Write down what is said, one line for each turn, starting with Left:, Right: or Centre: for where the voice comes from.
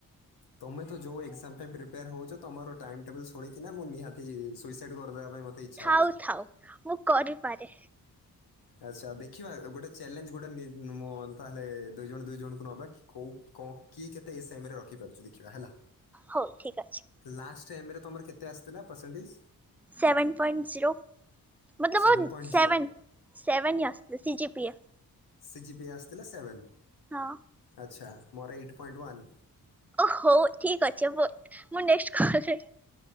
Left: ତମେ ତ ଯୋଉ ଏକ୍ସାମ୍ ପାଇଁ ପ୍ରିପେୟାର ହଉଚ ତମର ଟାଇମ ଟେବୁଲ ଶୁଣିକି ନା ମୁଁ ନିହାତି ସୁସାଇଡ କରିଦବା ପାଇଁ ମତେ ଇ ଇଛା
Centre: ଥାଉ
Left: ହଉଚି।
Centre: ଥାଉ ମୁଁ କରିପାରେ
Left: ଆଚ୍ଛା ଦେଖିବା ଗୋଟେ ଚ୍ୟାଲେଞ୍ଜ ଗୋଟେ ନି ମୋ ତାହେଲେ ଦୁଇ ଜଣ ଦୁଇ ଜଣଙ୍କୁ ନବା କି? କୋଉ କଣ କିଏ କେତେ ଏସାଇମ୍ ରଖିପାରୁଚି ଦେଖିବା ହେଲା?
Centre: ହଉ ଠିକ ଅଛି।
Left: ଲାଷ୍ଟ ଏମ୍ ରେ ତମର କେତ୍ କେତେ ଆସିଥିଲା ପରସେଣ୍ଟେ୍ଜ?
Centre: Seven point zero. ମତଲବ
Left: seven
Centre: ଓ
Left: point
Centre: seven
Left: zero
Centre: seven ହିଁ ଆସିଥିଲା C G P A.
Left: C G P A ଆସିଥିଲା ସେଭେନ୍।
Centre: ହଁ।
Left: ଆଚ୍ଛା। ମୋର ଏଇଟ୍ ପଏଣ୍ଟ୍ ୱାନ୍।
Centre: ଓ ହଉ ଠିକ୍ ଅଛି। ମୁଁ ନେକ୍ସଟ୍ କଲରେ